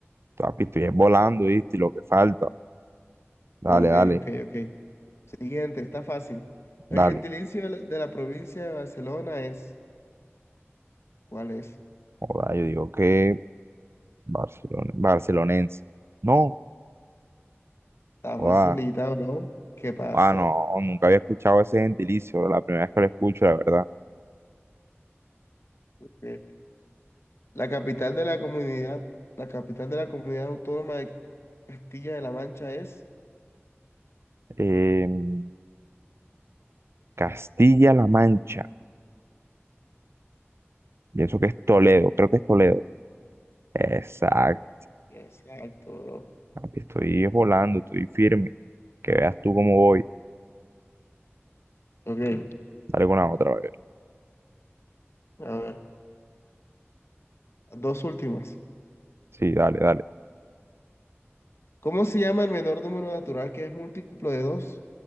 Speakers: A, on the right; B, on the left.
A: Papi, estoy volando, ¿viste? Y lo que falta. Dale,
B: Ok,
A: dale,
B: ok, ok. Siguiente, está fácil. El
A: dale.
B: gentilicio de la, de la provincia de Barcelona es, ¿cuál es?
A: Joda, yo digo que Barcelona, barcelonense. No,
B: Está
A: joda.
B: facilitado, ¿no? ¿Qué pasa?
A: Ah, no, nunca había escuchado ese gentilicio, la primera vez que lo escucho, la verdad.
B: Eh, La capital de la comunidad, la capital de la comunidad autónoma de Castilla de la Mancha es.
A: Em, Castilla-La Mancha. Pienso que es Toledo, creo que es Toledo. Exacto.
B: Exacto, bro.
A: papi, Estoy volando, estoy firme. Que veas tú cómo voy.
B: Ok,
A: Dale con la otra vez.
B: a ver, las dos últimas.
A: Sí, dale, dale.
B: ¿Cómo se llama el menor número natural que es múltiplo de dos